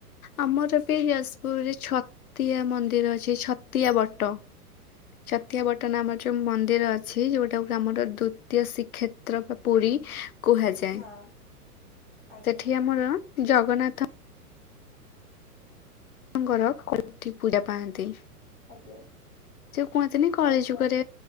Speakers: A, on the left; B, in the centre.
A: ଆମର ବି ଯାଜପୁରରେ ଛତିଆ ମନ୍ଦିର ଅଛି ଛତିଆ ବଟ। ଚାତିଆବଟ ଆମର ଯୋଉ ମନ୍ଦିର ଅଛି ଯୋଉଟାକୁ ଆମର ଦ୍ଵିତୀୟ ଶ୍ରୀକ୍ଷେତ ଚ୍ର ବା ପୁରୀ କୁହାଯାଏ।
B: ହଁ ଆଜ୍ଞା
A: ସେଠି ଆମର ଜଗନ୍ନାଥ ଙ୍କର କୋଟି ପୂଜା ପାଆନ୍ତି।
B: ଆଜ୍ଞା।
A: ଯଉ କୁହନ୍ତିନି କଳି
B: ଓହୋ
A: ଯୁଗରେ